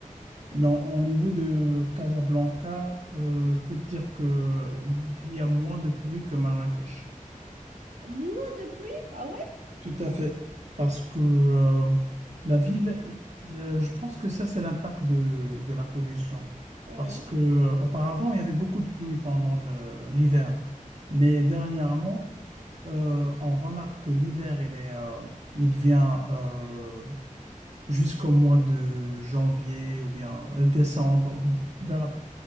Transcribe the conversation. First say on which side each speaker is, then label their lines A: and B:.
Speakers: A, on the right; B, on the right.
A: Non, au niveau de Casablanca, euh, je peux te dire que il y a moins de pluie que Marrakech.
B: Moins de pluie? Ah ouais?
A: Tout à fait. Parce que euh, la ville, euh, je pense que ça, c'est l'impact de, de la pollution.
B: Ouais.
A: Parce que euh, auparavant, il y avait beaucoup de pluie pendant le- l'hiver. Mais dernièrement, euh, on remarque que l'hiver, il est, euh, il vient euh, jusqu'au mois de janvier ou bien euh, décembre. Vers,